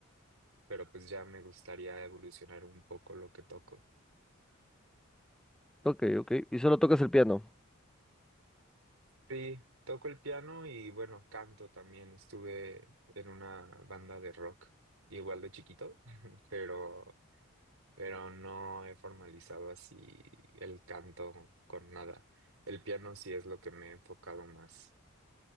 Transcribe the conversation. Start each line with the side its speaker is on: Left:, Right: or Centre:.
Right: pero pues ya me gustaría evolucionar un poco lo que toco.
Centre: Ok, ok. Y solo tocas el piano.
Right: Sí, toco el piano y bueno, canto también. Estuve en una banda de rock, igual de chiquito, <laughs> pero, pero no he formalizado así el canto con nada. El piano sí es lo que me he enfocado más.